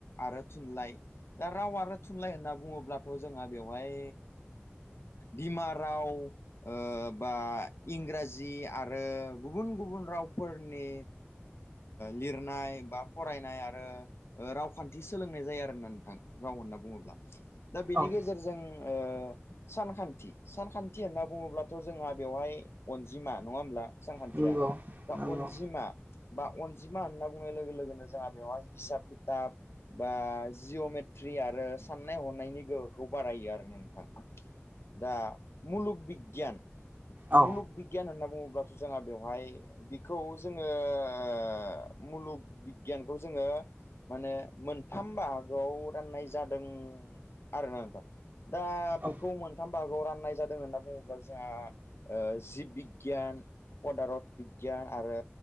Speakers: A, on the left; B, on the right.
A: आरो थुनलाइ दा राव आरो थुनलाइ होनना बुङोब्लाथ' जोंहा बेवहाय बिमा राव बा इंराजि आरो गुबुन गुबुन रावफोरनि लिरनाय बा फरायनाय आरो रावखान्थि सोलोंनाय जायो आरोा नोंथां राव होनना बुङोब्ला दा बेनि
B: औ
A: गेजेरजों ओ सानखान्थि सानखान्थि होनना बुङोब्लाथ' जोंहा बेवहाय अनजिमा नङा होमब्ला सांगखान्थिया
B: नंगौ
A: दा
B: नंगौ
A: अनजिमा बा अनजिमा होनना बुंनाय लोगो लोगोनो जोंहा बेवहाय हिसाब लिथाब बा जिअ'मेट्रि आरो साननाय हनायनि गोहोखौ बारायो आरो नोंथां दा मुलुग बिगियान
B: औ
A: मुलुग बिगियान होनना बुङोब्लाथ' जोंहा बेवहाय बिखौ जोङो ओ मुलुग बिगियानखौ जोङो माने मोनथाम बागोआव राननाय जादों आरो ना नोंथां। दा
B: औ
A: बेखौ मोन थाम बागाव राननाय जादों होनना बुङोब्ला जोंहा जिब बिगियान पदारत बिगियान आरो